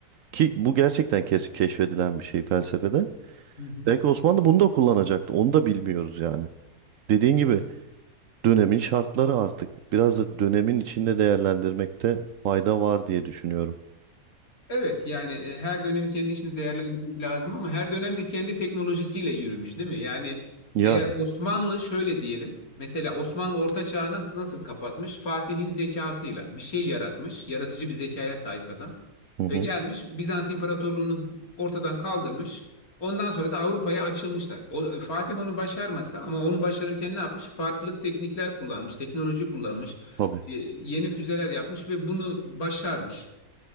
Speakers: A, on the right; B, on the left.
A: ki bu gerçekten kes- keşfedilen bir şey felsefede.
B: hı hı.
A: Belki Osmanlı bunu da kullanacaktı. Onu da bilmiyoruz yani. Dediğin gibi dönemin şartları artık biraz da dönemin içinde değerlendirmekte fayda var diye düşünüyorum.
B: Evet yani e, her dönemi kendi içinde değerlendirmek lazım ama her dönemde kendi teknolojisiyle yürümüş değil mi? Yani
A: Yani.
B: eğer Osmanlı şöyle diyelim mesela Osmanlı Orta Çağ'ı nasıl nasıl kapatmış? Fatih'in zekasıyla bir şey yaratmış, yaratıcı bir zekaya sahip adam
A: Hı hı.
B: ve gelmiş Bizans İmparatorluğunu ortadan kaldırmış. Ondan sonra da Avrupa'ya açılmışlar. O, Fatih onu başarmasa ama onu başarırken ne yapmış? Farklı teknikler kullanmış, teknoloji kullanmış,
A: Tabii.
B: e, yeni füzeler yapmış ve bunu başarmış.